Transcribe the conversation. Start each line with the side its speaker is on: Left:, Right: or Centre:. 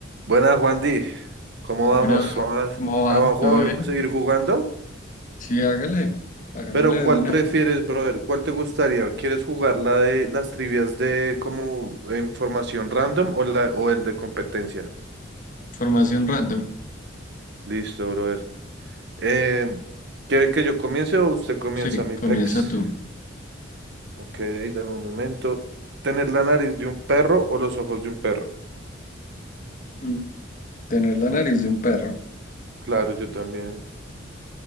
Right: Buenas, Juan Di. ¿Cómo
Left: Bueno,
Right: vamos?
Left: bro,
Right: ¿Vamos
Left: ¿cómo va?
Right: a, a jug-
Left: ¿Todo bien?
Right: seguir jugando?
Left: Sí, hágale, hagámosle
Right: Pero ¿cuál
Left: de una.
Right: prefieres, brother? ¿Cuál te gustaría? ¿Quieres jugar la de las trivias de como información random o la o el de competencia?
Left: Formación random.
Right: Listo, brother. Eh, ¿quiere que yo comience o usted comienza,
Left: Sí,
Right: mi
Left: comienza
Right: pex?
Left: tú.
Right: Ok, dame un momento. ¿Tener la nariz de un perro o los ojos de un perro?
Left: Mm, Tener la nariz de un perro.
Right: Claro, yo también.